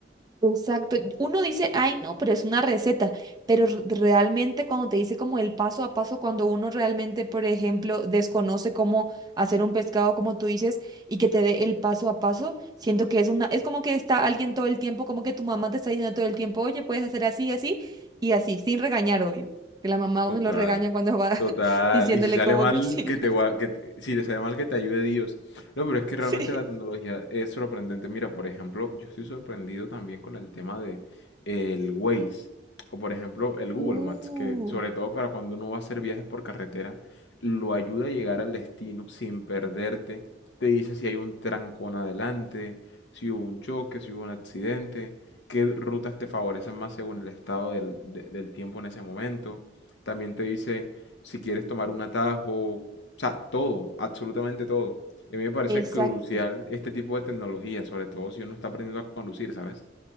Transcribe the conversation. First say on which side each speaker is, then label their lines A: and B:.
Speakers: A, on the right (about 20°); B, on the left (about 75°).
A: Exacto. Uno dice, ay, no, pero es una receta, pero r- realmente cuando te dice como el paso a paso, cuando uno realmente, por ejemplo, desconoce cómo hacer un pescado, como tú dices, y que te dé el paso a paso, siento que es una, es como que está alguien todo el tiempo, como que tu mamá te está diciendo todo el tiempo, oye, puedes hacer así, así y así, sin regañar, obvio. Que la mamá a
B: Total.
A: uno lo regaña cuando va
B: Total,
A: <laughs> diciéndole
B: y si sale
A: cómo
B: mal,
A: cocinar.
B: que te, gua- que te- si te sale mal, que te ayude Dios. No, pero es que
A: <laughs>
B: realmente
A: Sí.
B: la tecnología es sorprendente. Mira, por ejemplo, yo estoy sorprendido también con el tema de el Waze, o por ejemplo, el Google
A: Uh,
B: Maps, que sobre todo para cuando uno va a hacer viajes por carretera, lo ayuda a llegar al destino sin perderte. Te dice si hay un trancón adelante, si hubo un choque, si hubo un accidente, qué rutas te favorecen más según el estado del de- del tiempo en ese momento. También te dice si quieres tomar un atajo, o sea, todo, absolutamente todo. Y a mí me parece
A: exacto.
B: crucial este tipo de tecnología, sobre todo si uno está aprendiendo a conducir, ¿sabes?